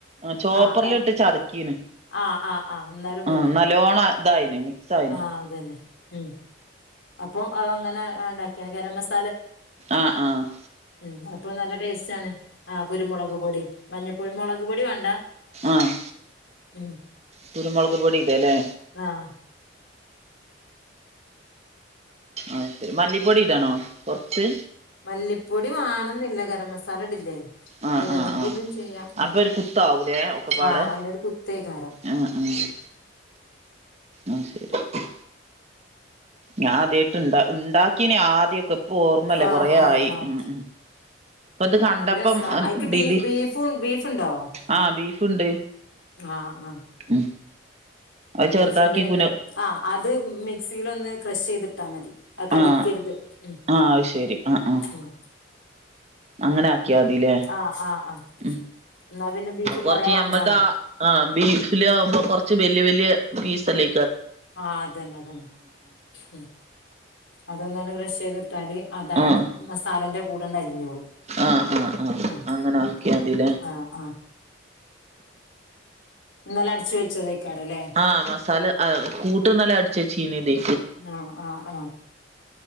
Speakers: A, on the right; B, on the left.
A: ആ ചോപ്പറിലിട്ട്
B: ആഹ് അ
A: ചതക്കീന്
B: ആഹ് ആഹ് ആഹ് ഇന്നാലും
A: ആ
B: പറ്റും
A: നല്ലോണം ഇതായിന് മിക്സ് ആയിന്
B: ആഹ് അതന്നെ ഉം അപ്പൊ അഹ് അങ്ങനെ ഇണ്ടാക്കിയ ഗരം മസാ
A: ആഹ് ആഹ്
B: ഉം അപ്പൊ നല്ല ടേസ്റ്റ് ആണ് ആഹ് കുരുമുളക് പൊടി മഞ്ഞപ്പൊടി മുളക് പൊടി വേണ്ടാ
A: ആഹ്
B: ഉം
A: കുരുമുളക് പൊടി ഇടാല്ലേ
B: ആഹ്
A: ആഹ് ശരി മല്ലിപ്പൊടി ഇടണോ കൊറച്ച്
B: മല്ലിപ്പൊടി വാണംന്നില്ല ഗരം മസാല ഇടില്ലേ
A: ആഹ്
B: ഇടണെങ്കി
A: ആഹ് ആഹ്
B: ഇടും ചെയ്യാ ഉം
A: അപ്പൊ ഒരു കുത്താവൂലേ ഒക്കെപ്പാടെ
B: ആഹ് അയിന്റൊരു കുത്തേകാരം
A: ആഹ് ആഹ് ആഹ് ശരി <inaudible> ഞാ ആദ്യായിട്ട് ഇണ്ട ഇണ്ടാക്കീനെ ആദ്യൊക്കെ ഇപ്പ ഓർമ്മല്ല
B: ആഹ്
A: കൊറെേ
B: ആഹ്
A: ആയി
B: ആഹ്
A: ഉം ഉം ഇപ്പത് കണ്ടപ്പം
B: അത് രസാ
A: <unintelligible>
B: അയിക്ക് ബീ ബീഫും ബീഫുണ്ടോ
A: ആഹ് ബീഫ്ണ്ട്
B: ആഹ് ആഹ്
A: ഉം അത്
B: ബീഫ്ണ്ടേല്
A: ചെറുതാക്കി കുന
B: ആഹ് അത് മിക്സീലൊന്ന് ക്രഷയ്തിട്ടാ മതി അഹ് കടിക്കരുത്
A: ആഹ്
B: ഉം
A: ആഹ് അത് ശരി ആഹ് ആഹ്
B: ഉം
A: അങ്ങനെ ആക്കിയാ മതില്ലേ
B: ആഹ് ആഹ് ആഹ്
A: ഉം
B: ഇന്നാ പിന്നെ ബീഫ്
A: കൊറച്ച്
B: കൊറെ വേണ്ടാണ്
A: ഞമ്മൾതാ ആഹ് ബീഫിലാവുമ്പോ കുറച്ച് വല്യ വല്യ പീസല്ലേ
B: ആഹ് അതന്നെ അതന്നെ ഉം അതൊന്നൺ ക്രഷയ്ത്ട്ത്താല് അതാ
A: ആഹ്
B: മസാലന്റെ കൂടെന്ന് അലിഞ്ഞോളും
A: ആഹ് ആഹ്
B: ആഹ്
A: അങ്ങനെ ആക്കിയാ മതില്ലേ
B: ആഹ് ആഹ് ഇന്നലെ അടിച്ച് വെച്ചതേയ്ക്കാരല്ലേ
A: ആഹ് മസാല അഹ് കൂട്ട് ഇന്നലെ അടിച്ച് വെച്ചീന്നതേ
B: ആഹ് ആഹ് ആഹ്